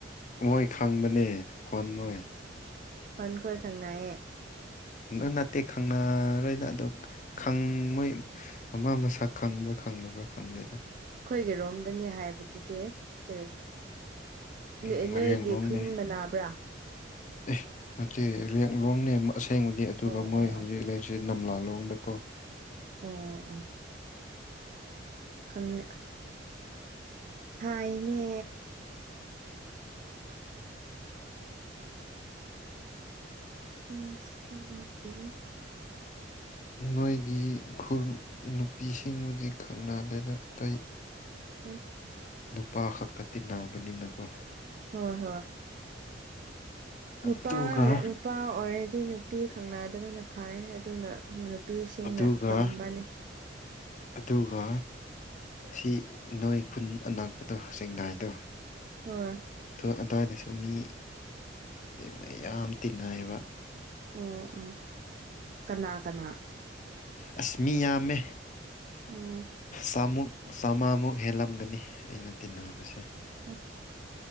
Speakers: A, on the left (about 40°); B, on the right (about 45°).
A: ꯃꯣꯏ ꯈꯪꯕꯅꯦ ꯀꯣꯟ ꯃꯣꯏ
B: ꯈꯣꯟ ꯈꯣꯏ ꯈꯪꯅꯌꯦ
A: ꯅ ꯅꯠꯇꯦ ꯈꯪꯅꯔꯣꯏꯗ ꯑꯗꯣ ꯈꯪ ꯃꯣꯏ ꯃꯥ ꯃꯁꯛ ꯈꯪꯕ꯭ꯔꯥ ꯈꯪꯗꯕ꯭ꯔꯥ ꯈꯪꯗꯦ
B: ꯑꯩꯈꯣꯏꯒꯤ ꯔꯣꯝꯗꯅꯤ ꯍꯥꯏꯕꯗꯨꯗꯤ ꯀꯔꯤ
A: ꯎꯝ
B: ꯅꯣꯏ
A: ꯃꯔꯦꯡꯂꯣꯡꯅꯦ
B: ꯅꯣꯏꯒꯤ ꯈꯨꯟ ꯃꯅꯥꯕ꯭ꯔꯥ
A: ꯑꯦ ꯅꯇꯦ ꯌꯥ ꯂꯣꯡꯅꯦ ꯑꯁꯦꯡꯕꯅꯤ ꯑꯗꯨꯒ
B: ꯑꯣ ꯑꯣ
A: ꯃꯣꯏ ꯍꯧꯖꯤꯛ
B: ꯑꯣ
A: ꯂꯩꯔꯤꯁꯦ ꯅꯝꯂꯥꯂꯣꯡꯗꯀꯣ
B: ꯑꯣ ꯑꯣ ꯈꯪꯅꯦ ꯍꯥꯏꯅꯦ ꯁꯦ <unintelligible>
A: ꯅꯣꯏꯒꯤ ꯈꯨ ꯅꯨꯄꯤꯁꯤꯡꯕꯨꯗꯤ ꯈꯪꯅꯗꯦꯗ ꯑꯇꯩ
B: ꯎꯝ
A: ꯅꯨꯄꯥ ꯈꯛꯇ ꯇꯤꯟꯅꯕꯅꯤꯅꯀꯣ
B: ꯍꯣꯏ ꯍꯣꯏ ꯅꯨꯄꯥ
A: ꯑꯗꯨꯒ
B: ꯅꯨꯄꯥ ꯑꯣꯏꯔꯗꯤ ꯅꯨꯄꯤ ꯈꯪꯅꯗꯕꯅ ꯐꯥꯏ ꯑꯗꯨꯅ ꯎꯝ ꯅꯨꯄꯤꯁꯤꯡꯅ
A: ꯑꯗꯨꯒ
B: ꯄꯥꯝꯕꯅꯤ
A: ꯑꯗꯨꯒ ꯁꯤ ꯅꯣꯏ ꯈꯨꯟ ꯑꯅꯛꯄꯗꯣ ꯆꯦꯡꯅꯥꯏꯗꯣ
B: ꯍ
A: ꯑꯗꯨ ꯑꯗ꯭ꯋꯥꯏꯗꯁꯨ ꯃꯤ ꯃꯌꯥꯝ ꯇꯤꯟꯅꯩꯌꯦꯕ
B: ꯎꯝ ꯎꯝ ꯀꯅꯥ ꯀꯅꯥ
A: ꯑꯁ ꯃꯤꯌꯥꯝꯃꯦ
B: ꯎꯝ
A: ꯆꯥꯝꯃꯨꯛ ꯆꯥꯝꯃꯉꯥꯃꯨꯛ ꯍꯦꯜꯂꯝꯒꯅꯤ ꯑꯩꯅ ꯇꯤꯟꯅꯕꯁꯦ
B: ꯑꯁ